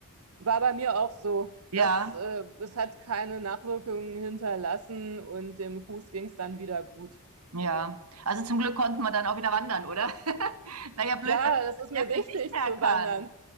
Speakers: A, on the right; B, on the right.
A: war bei mir auch so,
B: Ja.
A: dass äh, es hat keine Nachwirkungen hinterlassen und dem Fuß ging es dann wieder gut.
B: Ja, also zum Glück konnten wir dann auch wieder wandern, oder? <laughs> Wäre ja blöd,
A: Ja,
B: wenn man
A: das ist mir
B: das deswegen
A: wichtig
B: nicht mehr
A: zu
B: kann.
A: wandern.